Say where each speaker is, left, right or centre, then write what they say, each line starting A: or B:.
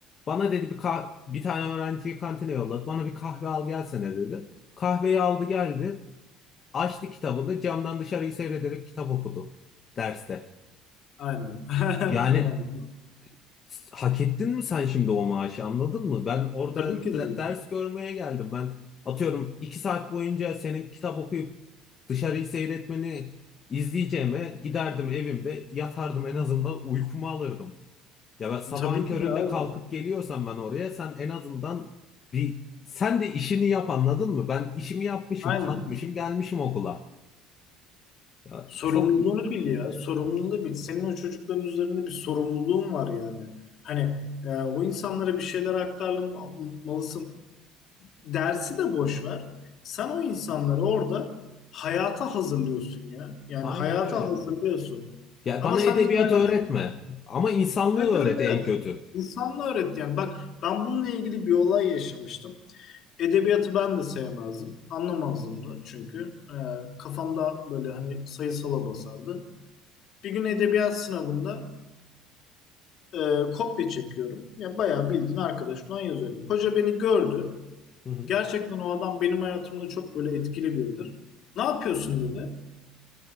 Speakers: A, on the left; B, on the left.
A: Bana dedi bir kah- bir tane öğrenciyi kantine yolladı. Bana bir kahve al gelsene dedi. Kahveyi aldı geldi. Açtı kitabını camdan dışarıyı seyrederek kitap okudu derste.
B: Aynen. <laughs>
A: Yani
B: Yani
A: S- Hak ettin mi sen şimdi o maaşı anladın mı? Ben orada
B: tabii ki
A: de-
B: de
A: ders görmeye geldim. Ben atıyorum iki saat boyunca senin kitap okuyup dışarıyı seyretmeni izleyeceğime giderdim evimde yatardım en azından uykumu alırdım. Ya ben sabahın
B: tabii ki
A: köründe
B: de abi.
A: kalkıp geliyorsam ben oraya sen en azından bir sen de işini yap anladın mı? Ben işimi yapmışım
B: Aynen.
A: kalkmışım gelmişim okula. Ya
B: Sorumluluğunu
A: çok iyi.
B: bil ya. Sorumluluğunu bil. Senin o çocukların üzerinde bir sorumluluğun var yani. Hani e, o insanlara bir şeyler aktarmalısın. Dersi de boş ver. Sen o insanları orada hayata hazırlıyorsun ya. Yani
A: Aynen
B: hayata
A: öyle.
B: hazırlıyorsun.
A: Ya
B: Ama
A: bana
B: sen
A: edebiyat
B: hiç hayatını
A: öğretme ama insanlığı
B: Evet
A: öğret
B: evet
A: en
B: evet.
A: kötü.
B: İnsanla öğret yani. Bak ben bununla ilgili bir olay yaşamıştım. Edebiyatı ben de sevmezdim. Anlamazdım da çünkü. Ee, kafamda böyle hani sayısala basardı. Bir gün edebiyat sınavında e, kopya çekiyorum. Ya bayağı bildiğin arkadaşımdan yazıyorum. Hoca beni gördü.
A: Hı hı.
B: Gerçekten o adam benim hayatımda çok böyle etkili biridir. Ne yapıyorsun dedi.